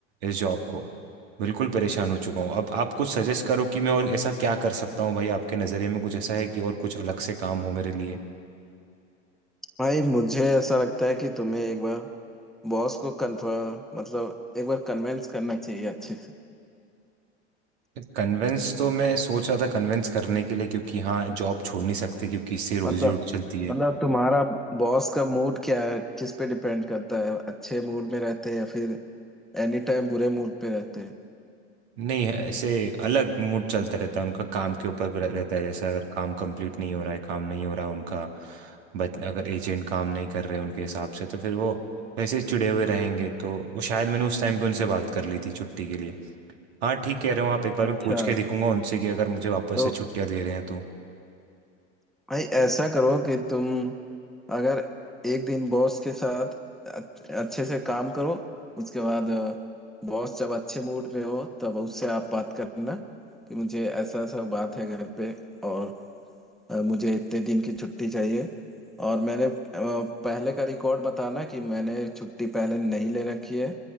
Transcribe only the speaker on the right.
इस जॉब को बिल्कुल परेशान हो चुका हूँ अब आप कुछ सजेस्ट करो कि मैं और ऐसा क्या कर सकता हूँ भाई आपके नज़रिए में कुछ ऐसा है कि और कुछ अलग से काम हो मेरे लिए
कन्वेंस तो मैं सोच रहा था कन्वेंस करने के लिए क्योंकि हाँ जॉब छोड़ नहीं सकते क्योंकि इससे रोजी
रोटी चलती है
नहीं ऐसे अलग मूड चलता रहता है उनका काम के ऊपर रह- रहता है जैसे अगर काम कंप्लीट नहीं हो रहा है काम नहीं हो रहा उनका बच अगर एजेंट काम नहीं कर रहे उनके हिसाब से तो फिर वो वैसे ही चिड़े हुए रहेंगे तो वो शायद मैंने उस टाइम पे उनसे बात कर ली थी छुट्टी के लिए हाँ ठीक कह रहे हो आप एक बार
मैं पूछ के देखूंगा उनसे कि अगर मुझे वापस
से छुट्टियां दे रहे हैं तो